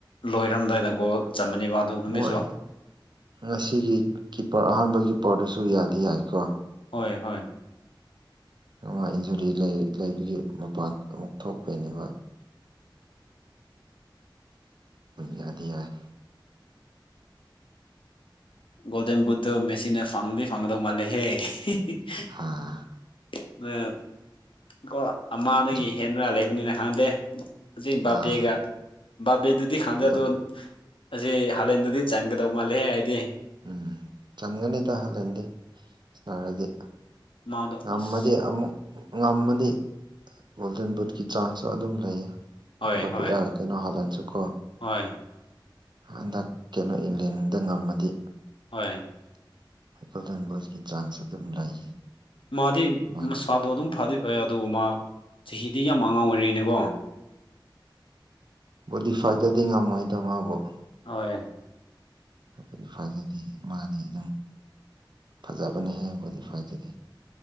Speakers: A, on the left; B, on the right.
A: ꯂꯣꯏꯔꯝꯗꯥꯏꯗ ꯒꯣꯜ ꯆꯝꯕꯅꯦꯕ ꯑꯗꯨ ꯃꯤꯁ
B: ꯍꯣꯏ ꯉꯁꯤꯒꯤ ꯀꯤꯄꯥꯔ ꯑꯍꯥꯟꯕ ꯀꯤꯄꯣꯔꯗꯨꯁꯨ ꯌꯥꯗꯤ ꯌꯥꯏꯀꯣ
A: ꯍꯣꯏ ꯍꯣꯏ
B: ꯅꯨꯉꯥꯏ ꯏꯟꯖꯨꯔꯤ ꯂꯩ ꯂꯩꯕꯒꯤ ꯃꯄꯥꯟ ꯑꯃꯨꯛ ꯊꯣꯛꯄꯩꯅꯦꯕ ꯎꯝ ꯌꯥꯗꯤ ꯌꯥꯏ
A: ꯒꯣꯜꯗꯟ ꯕꯨꯠꯇꯨ ꯃꯦꯁꯤꯅ ꯐꯪꯗꯤ ꯐꯪꯒꯗꯧ ꯃꯥꯜꯂꯦꯍꯦ <unintelligible>
B: ꯑꯥ
A: ꯀꯣ ꯑꯃꯗꯒꯤ
B: ꯗ꯭ꯔꯦ
A: ꯍꯦꯟꯔ ꯂꯩꯕꯅꯤꯅ ꯈꯥꯡꯗꯦ ꯍꯧꯖꯤꯛ ꯕꯥꯕꯦꯒ
B: ꯑꯥ
A: ꯕꯥꯕꯦꯗꯨꯗꯤ ꯈꯡꯗꯦ
B: ꯕꯠ
A: ꯑꯗꫭ ꯑꯁꯤ ꯍꯥꯂꯦꯟꯗꯨꯗꯤ ꯆꯟꯒꯗꯧ ꯃꯥꯜꯂꯦꯍꯦ ꯑꯩꯗꯤ
B: ꯎꯝ ꯆꯟꯒꯅꯤꯗ ꯍꯥꯂꯦꯟꯗꯤ ꯁꯥꯅꯔꯗꯤ
A: ꯃꯥꯗꯣ
B: ꯉꯝꯃꯗꯤ
A: ꯑꯁ
B: ꯑꯃꯨꯛ ꯉꯝꯃꯗꯤ ꯒꯣꯜꯗꯟ ꯕꯨꯠꯀꯤ ꯆꯥꯟꯁꯁꯨ ꯑꯗꯨꯝ ꯂꯩꯌꯦ
A: ꯍꯣꯏ
B: ꯕꯥꯄꯦ
A: ꯍꯣꯏ
B: ꯑ ꯀꯩꯅꯣ ꯍꯂꯥꯟꯁꯨ ꯀꯣ
A: ꯍꯣꯏ
B: ꯍꯟꯗꯛ ꯀꯩꯅꯣ ꯏꯪꯂꯦꯟꯗ ꯉꯝꯃꯗꯤ
A: ꯍꯣꯏ
B: ꯒꯣꯜꯗꯟ ꯕꯨꯠꯀꯤ ꯆꯥꯟꯁꯁꯨ ꯑꯗꯨꯝ ꯂꯩꯌꯦ
A: ꯃꯥꯗꯤ
B: ꯃꯥꯒꯤ
A: ꯃꯁꯥꯗꯣ ꯑꯗꯨꯝ ꯐꯗꯤ ꯐꯩꯌꯦ ꯑꯗꯨꯕꯨ ꯃꯥ ꯆꯍꯤꯗꯤ ꯌꯥꯝ ꯑꯉꯥꯡ ꯑꯣꯏꯔꯤꯅꯦ <unintelligible>
B: ꯕꫭꯗꯤ ꯐꯥꯏꯠꯇꯗꯤ ꯉꯝꯃꯣꯏꯗ ꯃꯥꯕꯨ
A: ꯍꯣꯏ
B: <unintelligible> ꯃꯥꯅꯤ ꯐꯖꯕꯅꯦꯍꯦ ꯕꫭꯗꯤ ꯐꯥꯏꯠ ꯇꯨꯗꯤ